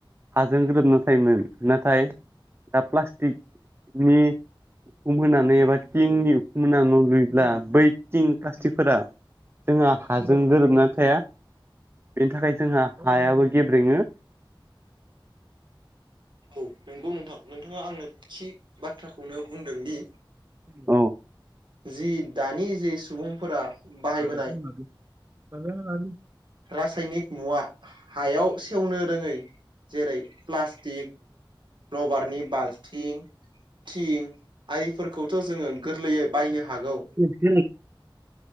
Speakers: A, on the right; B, on the right.
A: हाजों ग्रोबना थायोमोन नाथाय दा प्लास्टिक नि उखुम होनानै एबा थिंनि उखुम होनानै न' लुयोब्ला बै थिं प्लास्टिकफोरा जोंहा हाजों गोरोबनानै थाया बेनि थाखाय जोंहा हायाबो गेब्रेङो
B: औ नंगौ नोंथां नोंथाङा आंनो थि बाथ्राखौनो बुंदों दि
A: औ
B: जि दानि जे सुबुंफोरा बाहायबोनाय
A: <unintelligible>
B: रासायनिक मुवा हायाव सेवनो रोङै जेरै प्लास्टिक रबारनि बाल्थिं थिं आरिफोरखौथ' जोङो गोरलैयै बायनो हागौ
A: औ औ <unintelligible> औ बेफोरखौ